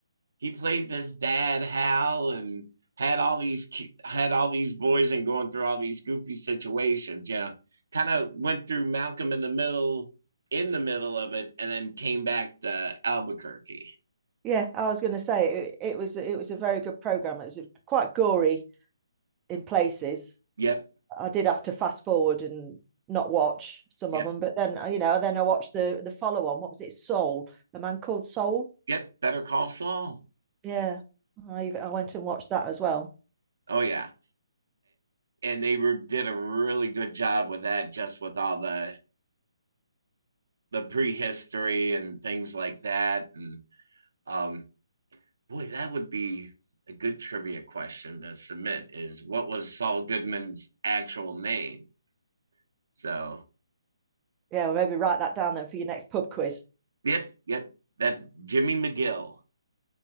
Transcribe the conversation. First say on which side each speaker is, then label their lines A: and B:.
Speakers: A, on the right; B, on the right.
A: he played this dad Hal and had all these had all these boys and going through all these goofy situations. Yeah, kind of went through Malcolm in the middle in the middle of it, and then came back to Albuquerque.
B: Yeah, I was going to say it, it was it was a very good program. It was quite gory in places.
A: Yep,
B: I did have to fast forward and not watch some
A: yep,
B: of them, but then you know, then I watched the the follow on. What was it? Soul, a man called Soul.
A: yep. Better Call Saul.
B: Yeah, I even, I went and watched that as well.
A: Oh yeah, and they were, did a really good job with that, just with all the the prehistory and things like that, and um boy, that would be a good trivia question to submit is what was Saul Goodman's actual name? So,
B: Yeah, well, maybe write that down then for your next pub quiz.
A: yep, yep, that Jimmy McGill.